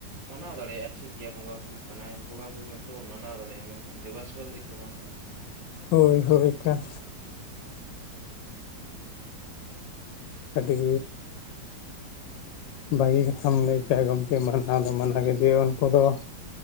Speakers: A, on the right; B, on the left.
A: ᱢᱟᱱᱟᱣ ᱫᱟᱲᱮᱭᱟᱜᱼᱟ ᱴᱷᱤᱠ ᱜᱮᱭᱟ ᱵᱚᱸᱜᱟ ᱢᱟᱱᱟᱣ ᱫᱟᱲᱮᱟ ᱴᱦᱤᱠᱜᱮᱭᱟ ᱵᱚᱸᱜᱟ ᱵᱩᱨᱩ ᱢᱟᱱᱟᱣ ᱫᱟᱲᱮᱜᱟ ᱴᱦᱤᱠ ᱜᱮᱭᱟ ᱵᱚᱸᱜᱟ ᱵᱩᱨᱩ ᱠᱟᱱᱟᱭ ᱵᱚᱸᱜᱟ ᱵᱩᱨᱩ ᱢᱮᱱᱛᱮᱵᱚᱱ ᱢᱟᱱᱟᱣ ᱫᱟᱲᱮᱭᱟᱜᱼᱟ ᱢᱮᱱᱠᱷᱟᱱ ᱫᱮᱵᱟ ᱫᱮᱵᱟᱥᱮᱵᱟ ᱫᱷᱟᱹᱨᱤᱡ ᱫᱚ ᱵᱟᱝ ᱟᱨᱠᱤ
B: ᱦᱳᱭ ᱦᱳᱭ ᱠᱟᱱ
A: ᱚ
B: ᱟᱰᱤ ᱵᱷᱟᱹᱜᱤ ᱠᱟᱛᱷᱟᱢ ᱞᱟᱹᱭ ᱠᱮ ᱜᱚᱢᱠᱮ ᱢᱟᱱᱟᱣ ᱫᱚ ᱢᱟᱱᱟᱣᱜᱮ ᱡᱮ ᱩᱱᱠᱩ ᱫᱚ